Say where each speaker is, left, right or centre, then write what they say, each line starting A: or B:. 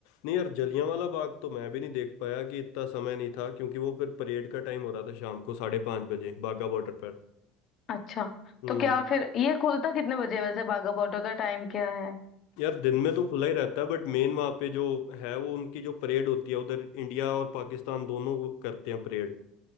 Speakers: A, on the left; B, on the left.
A: नहीं यार जलियांवाला बाग तो मैं भी नहीं देख पाया कि इतना समय नहीं था क्योंकि वो फिर परेड का टाइम हो रहा था शाम को साढ़े पाँच बजे बाघा बॉर्डर पर
B: अच्छा
A: हम्म
B: तो क्या फिर ये खुलता कितने बजे है वैसे बाघा बॉर्डर का टाइम क्या है
A: यार दिन में तो खुला ही रहता है बट मेन वहाँ पे जो है वो उनकी जो परेड होती है उधर इंडिया और पाकिस्तान दोनों वो करते हैं परेड